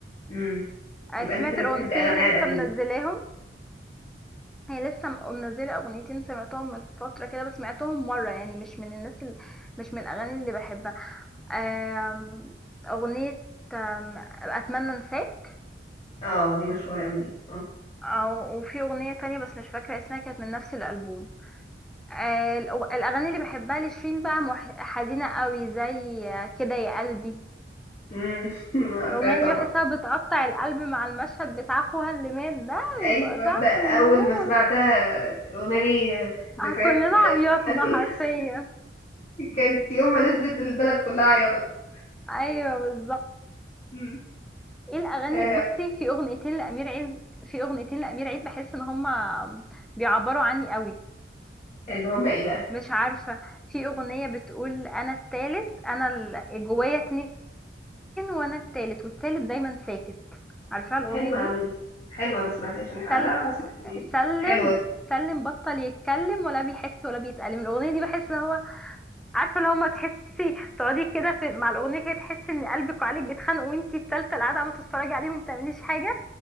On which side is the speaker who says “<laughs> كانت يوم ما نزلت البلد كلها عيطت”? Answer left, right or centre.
Left